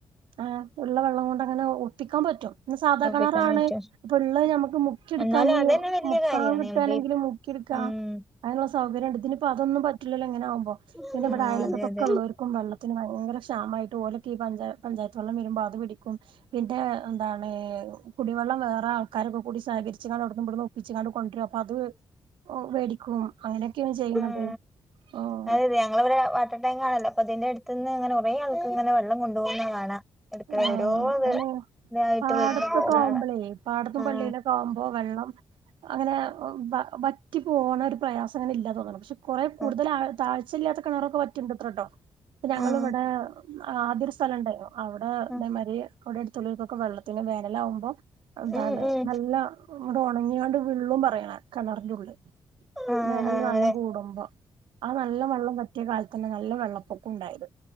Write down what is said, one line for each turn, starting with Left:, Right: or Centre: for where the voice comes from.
Right: ആഹ് ഉള്ള വെള്ളം കൊണ്ട് അങ്ങനെ ഒ ഒപ്പിക്കാൻ പറ്റും ഇ <unintelligible> സാദാ
Centre: ഒപ്പിക്കാൻ
Right: കെണറാണേ
Centre: പറ്റും
Right: വെള്ള ഞമ്മക്ക് മുക്യെടുക്കാഞ്യോ
Centre: എന്നാലും അതന്നെ വല്യ
Right: മുക്കാൻ
Centre: കാര്യാണ്
Right: കിട്ടേണെങ്കില്
Centre: നമുക്ക് ഈ
Right: മുക്കി എട് ക്കാ
Centre: ഉം
Right: അയിനൊള്ള സൗകര്യണ്ട് ഇതി പ്പ അതൊന്നും പറ്റില്ലല്ലോ ഇങ്ങനാമ്പോ
Centre: ആഹ്
Right: പിന്നെ ഇബിട അയലക്കത്തൊക്കെള്ളോർക്കും
Centre: അതെ അതെ
Right: വെള്ളത്തിന് ഭയ ങ്കര ക്ഷാമായിട്ട് ഓലൊക്ക ഈ പഞ്ചായ പഞ്ചായത്ത് വെള്ളം വരുമ്പ അത് പിടിക്കും പിന്നെ എന്താണ് കുടിവെള്ളം വേറെ ആൾക്കാരൊക്കെ കൂടി സേഖരിച്ചിങ്ങാണ്ട് അവിടുന്നും ഇവിടുന്നും ഒപ്പിച്ച് എങ്ങാണ്ട് കൊണ്ടുവരും അപ്പൊ അത് ഉ മേടിക്കും അങ്ങനെയൊക്കെയാണ് ചെയ്യുന്നത്
Centre: ഉം
Right: ആഹ്
Centre: അതെയതെ ഞങ്ങൾ ഇവിടെ വാട്ടർ ടാങ്ക് ആണല്ലോ അപ്പൊ അതിന്റെ ത്ത്ന്ന് ഇങ്ങനെ കുറെേ ആൾക്ക് ഇങ്ങനെ വെള്ളം കൊണ്ടുപോകുന്നത് കാണാം എടുക്കണെ
Right: ആഹ്
Centre: ഓരോ
Right: അയിന്
Centre: ഇതായിട്ട്
Right: പാടത്തൊക്കെ
Centre: വീണ് പോണ
Right: ആവുമ്പോളേ
Centre: കാണാം
Right: പാടത്തും
Centre: ആഹ്
Right: പള്ളിയിലൊക്കെ ആവുമ്പോ വെള്ളം അങ്ങനെ വ വറ്റി പോവന്ന ഒരു പ്രയാസം അങ്ങനെ ഇല്ലാ തോന്നണ് പക്ഷെ കുറെ കൂടുതൽ
Centre: ആഹ്
Right: താഴ് ശ്യല്ലാത്ത കിണറൊക്കെ വറ്റുണ്ടത്രേട്ടോ ഞങ്ങൾ
Centre: ആഹ്
Right: ഇവിടെ ആദ്യം ഒരു സ്ഥലമുണ്ടായിരുന്നു അവിടെ
Centre: ആഹ്
Right: ഇതേമരി കുടയെടുത്തുള്ളിക്കൊക്കെ വെള്ളത്തിന് വേനലവുമ്പോ എന്താണ്
Centre: ഉം ഉം
Right: നല്ല അങ്ങിട് ഉണങ്ങിയോണ്ട് വിള്ളും പറയണ കിണറിന്റെ ഉള്ള്
Centre: ആഹ്
Right: വേനല്
Centre: ആഹ്
Right: നല്ലം
Centre: അതെ
Right: കൂടുമ്പോ ആ നല്ല വെള്ളം വറ്റിയ കാലത്തന്നെ നല്ല വെള്ളപ്പൊക്കം ഉണ്ടായത്